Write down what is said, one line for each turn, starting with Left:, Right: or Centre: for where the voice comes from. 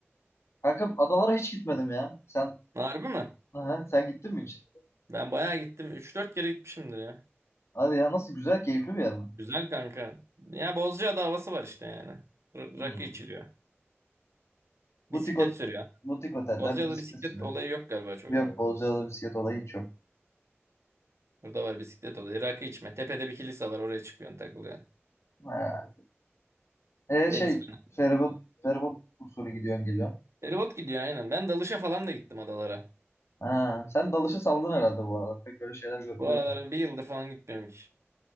Left: Kanka adalara hiç gitmedim ya. Sen
Right: Harbi mi?
Left: Aha, sen gittin mi hiç?
Right: Ben bayağı gittim. Üç dört kere gitmişimdir ya.
Left: Hadi ya nasıl güzel keyifli bir yer mi?
Right: Güzel kanka. Ya Bozcaada havası var işte yani. R-
Left: Hmm.
Right: rakı içiliyor. Bisiklet
Left: Butik, ot
Right: sürüyor.
Left: butik oteller,
Right: Bozcaada
Left: bisiklet
Right: bisiklet
Left: sürü.
Right: olayı yok galiba çok
Left: Yok
Right: ama.
Left: Bozcaada bisiklet olayı hiç yok.
Right: Burada var bisiklet olayı. Rakı içme. Tepede bir kilise var. Oraya çıkıyorsun takılıyorsun.
Left: Ha. E
Right: Deniz
Left: şey
Right: falan.
Left: feribot, feribot usulü gidiyorsun geliyorsun.
Right: Feribot gidiyor aynen. Ben dalışa falan da gittim adalara.
Left: Ha. Sen dalışı saldın herhalde bu aralar. Pek öyle şeyler gör,
Right: Bu
Left: duymuyorum.
Right: aralar bir yıldır falan gitmiyorum hiç.